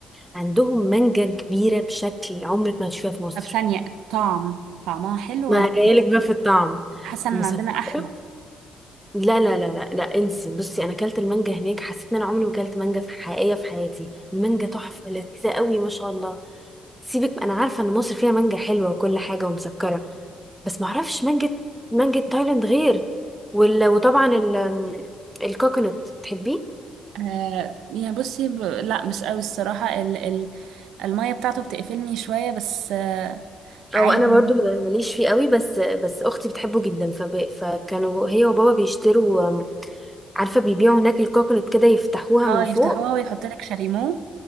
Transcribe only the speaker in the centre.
عندهم مانجا كبيره بشكل عمرك ما هتشوفيها في مصر
ما
جايلك بقى في الطعم
مسكره
لا لا لا لا لا انسي بصي انا اكلت المانجا هناك حسيت ان انا عمري ما اكلت مانجا في حقيقيه في حياتي المانجا تحفه لذيذه قوي ما شاء الله سيبك انا عارفه ان مصر فيها مانجا حلوه وكل حاجه ومسكره بس ما اعرفش مانجة مانجة تايلاند غير وال... وطبعا ال... الكوكونات تحبيه
او انا برضو ماليش فيه قوي بس بس اختي بتحبه جدا فب... فكانوا هي وبابا بيشتروا عارفه بيبيعوا هناك الكوكونات كده يفتحوها
من
فوق